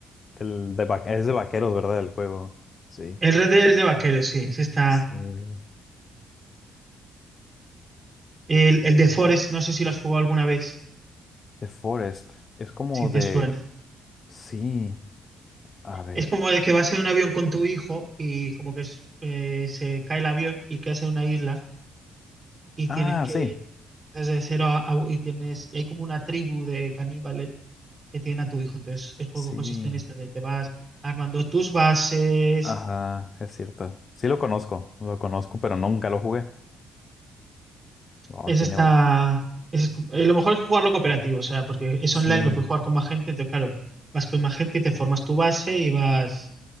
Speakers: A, on the left (about 40°); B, on the right (about 35°).
A: del de va- es de vaqueros, ¿verdad? El juego. Sí.
B: El Red Dead es de vaqueros, sí, sí está.
A: Sí.
B: El, el de Forest, no sé si lo has jugado alguna vez,
A: The Forest. Es como
B: si te
A: de.
B: suena.
A: Sí. A ver.
B: Es como de que vas en un avión con tu hijo y como que es- eh, se cae el avión y quedas en una isla y
A: Ah,
B: tienes que
A: sí.
B: desde cero a, a- y tienes y hay como una tribu de caníbales que tienen a tu hijo. Entonces el juego
A: Sí,
B: consiste en esto de te vas armando tus bases.
A: ajá, es cierto. Sí lo conozco, lo conozco, pero nunca lo jugué. Oh,
B: Es
A: tiene
B: esta
A: bueno.
B: es eh, lo mejor es jugarlo cooperativo, o sea, porque es
A: Sí,
B: online, lo puedes jugar con más gente, entonces claro, vas con más gente y te formas tu base y vas